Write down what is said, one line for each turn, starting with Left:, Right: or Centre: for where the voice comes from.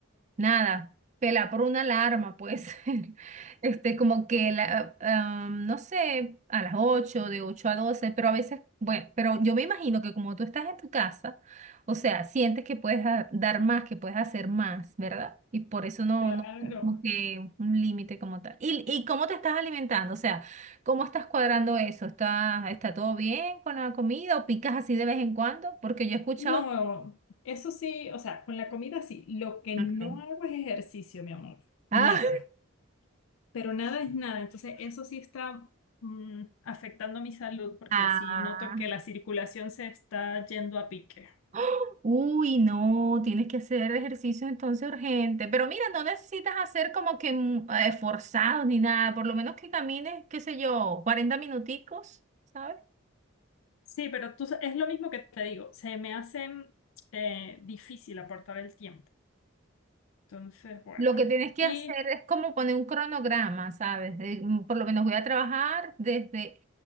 Right: Nada, pela por una alarma, pues, <laughs> este, como que, la, ah, no sé, a las ocho de ocho a doce pero a veces, bueno, pero yo me imagino que como tú estás en tu casa, o sea, sientes que puedes da- dar más, que puedes hacer más, ¿verdad? Y por eso no,
Left: claro.
Right: no, como que un límite como tal. ¿Y, y cómo te estás alimentando? O sea, ¿cómo estás cuadrando eso? ¿Está, está todo bien con la comida o picas así de vez en cuando? Porque yo he escuchado...
Left: No, eso sí, o sea, con la comida sí. Lo que no
Right: Ok.
Left: hago es ejercicio, mi amor.
Right: Ah,
Left: Nada. Pero nada es nada. Entonces, eso sí está mm, afectando mi salud porque
Right: Ah,
Left: sí noto que la
Right: <laughs>
Left: circulación se está yendo a pique.
Right: ¡Ah! Uy, no, tienes que hacer ejercicio entonces urgente. Pero mira, no necesitas hacer como que mm, eh, forzados ni nada. Por lo menos que camines, qué sé yo, 40 minuticos, ¿sabes?
Left: Sí, pero tú, sa- es lo mismo que te digo. Se me hace mm, eh, difícil aportar el tiempo. Entonces, bueno.
Right: Lo que tienes que
Left: Y
Right: hacer es como poner un cronograma, ¿sabes? Eh, mm, por lo menos voy a trabajar desde,